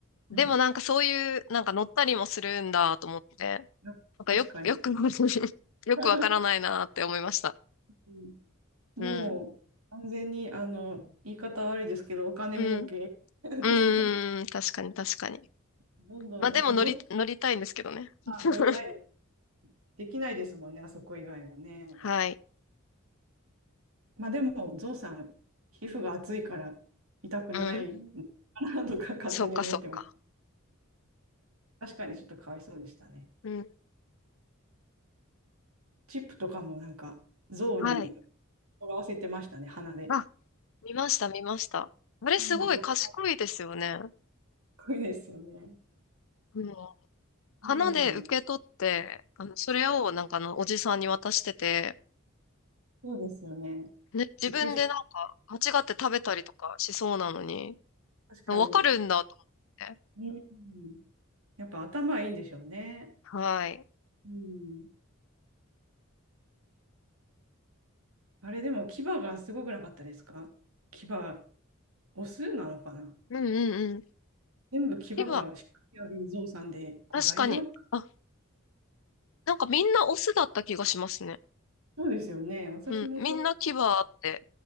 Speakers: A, on the left; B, on the right.
A: でもなんかそういう、
B: はい。
A: なんか乗ったりもするんだと思って、
B: なんか確かに。
A: なんかよ、よく、<laughs> よくわからないなって思いました。
B: <laughs> うんもう完全に、
A: うん。
B: あの、言い方悪いですけど、お金儲け
A: うん。
B: <laughs>
A: う
B: ですよね。
A: ーん、確かに確かに。
B: どんどん、
A: まあでも乗り、
B: なんかゾウ
A: 乗りたいんですけどね。
B: さん乗りたいです。
A: <laughs>
B: できないですもんね、あそこ以外はね。
A: はい。
B: まあでも、ゾウさん、皮膚が厚いから痛くない
A: うん。
B: かなとか勝手に思ってまし
A: そっかそっか。
B: た。<laughs> 確かにちょっとかわいそうでしたね。
A: うん。
B: チップとかもなんか象に
A: はい。
B: とらわせてましたね、鼻で。
A: あ、見ました見ました。あれすごい賢いですよね。
B: うん、かっこいいですよね。
A: うん。花で受け取って、
B: うん。
A: あの、それをなんかあの、おじさんに渡してて、
B: そうですよね。
A: ね、自分でなんか間違って食べたりとかしそうなのに、
B: びっくりしました。確かに。
A: わかるんだと思って。
B: うん。やっぱ頭いいんでしょうね。
A: はい。
B: うん。あれでも牙がすごくなかったですか牙、オスなのかな
A: うんうんうん。
B: 全部牙がしっかりある象さんで、
A: 今、
B: これ大丈夫
A: 確かに。あ、なんかみんなオスだった気がしますね。
B: そうですよね。私もそう。
A: うん、みんな牙あって、